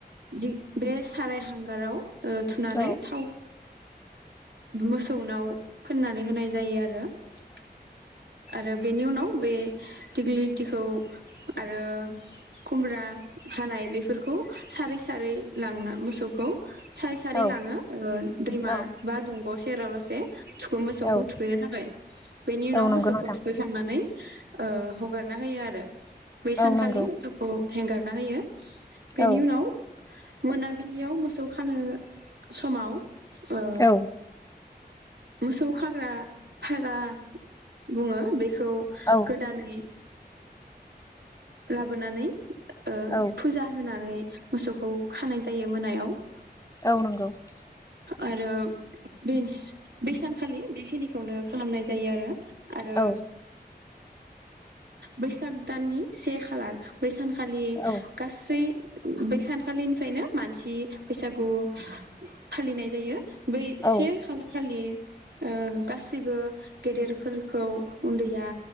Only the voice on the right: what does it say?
जि साराय हांगाराव ओ थुनानै
थाव मोसौनाव फोननानै होनाय जायो आरो आरो बेनि उनाव बे दिग्लिलिटिखौ आरो खुमब्रा हानाय बेफोरखौ सारै सारै लांना मोसौखौ सारै सारै
लाङो ओ दैमा
बा दंग से रावलासे थुखै मोसौखौ
थुखैनो थाखाय बेनि उनाव
मोसौखौ
थुखैखांनानै ओ हगारना होयो आरो बै सानखालि
मोसौखौ हेंगारना होयो बेनि
उनाव मोनाबिलियाव मोसौ खानो समाव ओ
मोसौ खाग्रा फागा बुङो बे खौ
गोदानै लाबोनानै ओ
फुजा होनानै मोसौखौ खानाय जायो मोनायाव ।
आरो बे बे सानखालि बेखिनिखौनो खालामनाय जायो आरो । आरो
बै सागदाननि से खालार बैसान खालि
गासै बैसानखालिनिफ्रायनो मानसि बैसागु फालिनाय जायो । बै से
हानखालि ओ गासैबो गेदेरफोरखौ उन्दैया